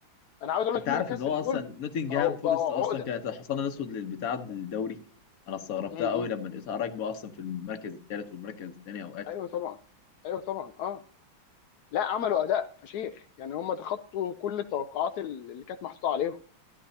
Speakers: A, on the left (about 70°); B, on the left (about 50°).
A: انا عاوز اقول
B: انت
A: لك نيوكاسل
B: عارف ان هو
A: دول
B: اصلا نوتنجهام
A: بقوا
B: فورست
A: بقوا
B: اصلا
A: عقده
B: كانت الحصان الاسود للبتاع الدوري انا استغربتها
A: م -م.
B: قوي لما لقيتها راكبه اصلا في المركز الثالث والمركز الثاني اوقات
A: ايوه طبعا ايوه طبعا اه لا عملوا اداء فشيخ يعني هم تخطوا كل التوقعات اللي كانت محطوطه عليهم